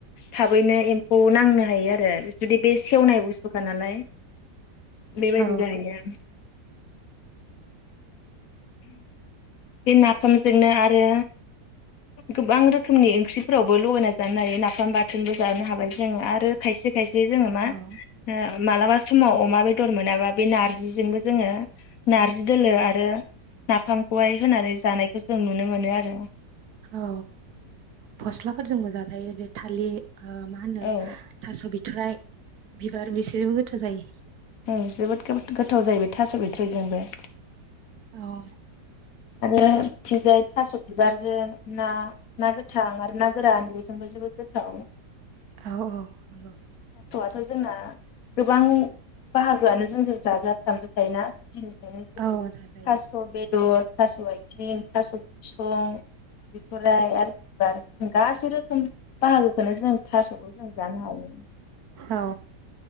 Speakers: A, on the left (about 60°); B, on the right (about 65°).
A: थाबैनो एम्फौ नांनो हायो आरो जुदि बे सेवनाय बुस्थुखा नालाय बेबायदि
B: औ
A: जाहैयो आरो बे नाफामजोंनो आरो गोबां रो खोमनि ओंख्रिफोरावबो लगायना जानो हायो नाफाम बाथोनबो जानो हाबाय जों आरो खायसे खाय से जोङो मा
B: औ
A: ओ मालाबा समाव अमा बेदर मोनाबा बे नारजिजोंबो जोङो नारजि दोलो आरो नाफामखौहाय होनानै जानायखौ जों नुनो मोनो आरो
B: औ फस्लाफोरजोंबो जाजायो बे थालि ओ मा होनो
A: औ
B: थास' बिथ'राय बिबार बिसोरजोंबो गोथाव जायो।
A: ओ जोबोद गो-गोथाव जाहैबाय थास' बिथ'रिजोंबो। <inaudible>
B: औ।
A: आरो बिथिंजाय थास' बिबारजों ना ना गोथां आरो ना गोरान बेजोंबो जोबोद गोथाव।
B: औ औ नोंगौ।
A: थ' जोंना गोबां बाहागोआनो जोंजों जाजा फ्राम जोबखायोना। गुदि निफ्रायनो जेरै
B: औ जाजायो
A: थास' बेदर थास' आइथिं थास' बिसं बिथ'राय आरो बिबार जों गासै रोखोम बाहागोखौनो जों थास'खौ जों जानो हायो।
B: औ